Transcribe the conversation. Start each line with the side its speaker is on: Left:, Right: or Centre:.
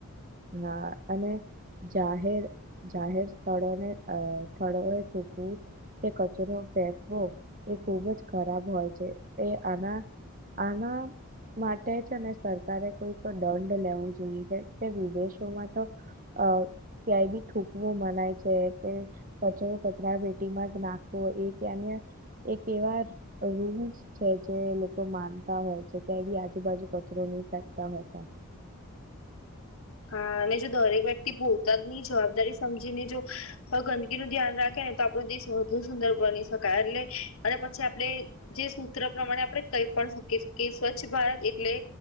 Right: હા અને. જાહેર, જાહેર સ્થળોને અ થડો એ ચોખ્ખું તે કચરો ફેકવો, એ ખુબજ ખરાબ હોય છે. એ આના આના માટે છેને, સરકારે કોઈ તો દંડ લેવો જોઈએ કે તે વિદેશોમાં તો અ ક્યાંય બી થૂકવું મનાય છે, કે કચરો કચરા પેટીમાં જ નાખવો, એ ત્યાંનો એક એવા રૂલ્સ છે જે લોકો માનતા હોય છે, ત્યાં એ બી આજુબાજુ કચરો નહીં ફેકતા હોય તા.
Left: હા અને જો દરેક વ્યક્તિ પોતાની જવાબદારી સમજીને જો હવે ગંદકીનું ધ્યાન રાખેને, તો આપણો દેશ વધુ સુંદર બની શકાય, એટલે અને પછી આપડે જે સૂત્ર પ્રમાણે આપણે કહી પણ શકીએ, કે સ્વચ્છ ભારત એટલે